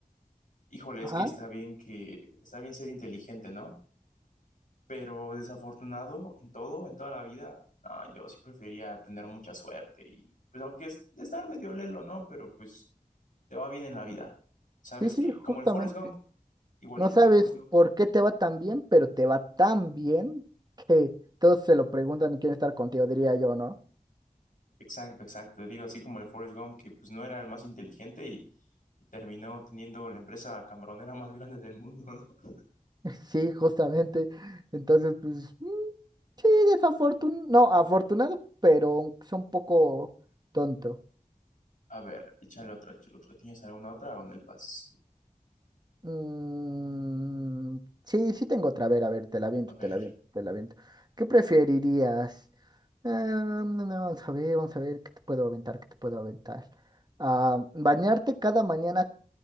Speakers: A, on the left; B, on the right.
A: Híjole,
B: Ajá,
A: es que está bien que está bien ser inteligente, ¿no? Pero desafortunado en todo, en toda la vida, no, yo sí prefería tener mucha suerte y pues aunque es estar medio lelo, ¿no? Pero pues te va bien en la vida. Sabes
B: sí, sí,
A: que
B: justamente.
A: como el Forrest Gump, igualito
B: No sabes
A: que el Forrest Gump.
B: por qué te va tan bien, pero te va tan bien que todos se lo preguntan y quieren estar contigo, diría yo, ¿no?
A: Exacto, exacto. Te digo así como el Forrest Gump que pues no era el más inteligente y, y terminó teniendo la empresa camaronera <laughs> más grande del mundo, ¿no?
B: <laughs> Sí, justamente. Entonces, pues, mm, sí, desafortunado, no, afortunado, pero es un poco tonto.
A: A ver, échale otra, échale otra. ¿Tienes alguna otra o en el pas?
B: Mm, sí, sí tengo otra, a ver, a ver, te la viento,
A: A ver.
B: te la viento, te la viento. ¿Qué preferirías? Ah, no, no, vamos a ver, vamos a ver, ¿qué te puedo aventar? ¿Qué te puedo aventar? Ah, ¿bañarte cada mañana